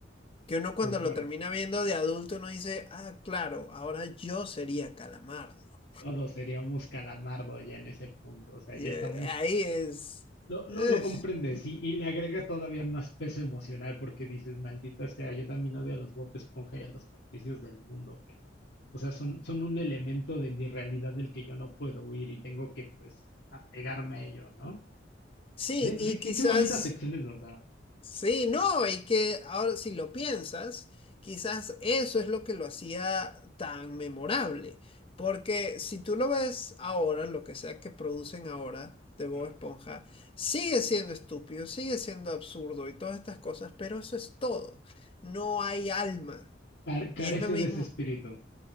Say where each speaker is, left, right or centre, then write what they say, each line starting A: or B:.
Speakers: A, on the left; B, on the left.
A: Que uno cuando
B: concuerdo.
A: lo termina viendo de adulto, uno dice, ah, claro, ahora yo sería Calamardo.
B: Todos seríamos calamardo ya en ese punto, o sea,
A: Y
B: ya
A: eh,
B: estamos
A: ahí es...
B: Lo, lo,
A: ugh.
B: lo comprendes y, y le agrega todavía más peso emocional porque dices, maldita sea, yo también odio a los Bob Esponja y a los Patricios del mundo, pero, o sea, son, son un elemento de mi realidad del que yo no puedo huir y tengo que, pues, apegarme a ello, ¿no?
A: Sí,
B: Ve, ve
A: y
B: qué,
A: quizás...
B: qué bonitas lecciones nos daba.
A: Sí, no, y que ahora si lo piensas, quizás eso es lo que lo hacía tan memorable, porque si tú lo ves ahora, lo que sea que producen ahora de Bob
B: Ah,
A: Esponja, sigue siendo estúpido, sigue siendo absurdo y todas estas cosas, pero eso es todo, no hay alma,
B: par- carece
A: y es lo mismo.
B: de ese espíritu.